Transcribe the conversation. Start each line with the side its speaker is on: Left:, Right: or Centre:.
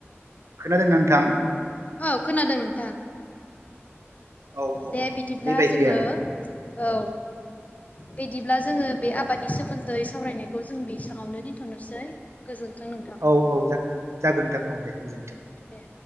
Right: खोना दोंना नोंथां?
Left: औ खोनादों नोंथां।
Right: औ औ
Left: दे बिदिब्ला
Right: बेबायदि
Left: जोङो
Right: आरो
Left: औ बिदिब्ला जोङो बे आबादनि सोमोन्दै सावरायनायखौ जों बेसाङावनो दोनथ'नोसै गोजोन- थों नोंथां
Right: औ औ जा जागोन नोंथां औ दे गोजोन्थों
Left: दे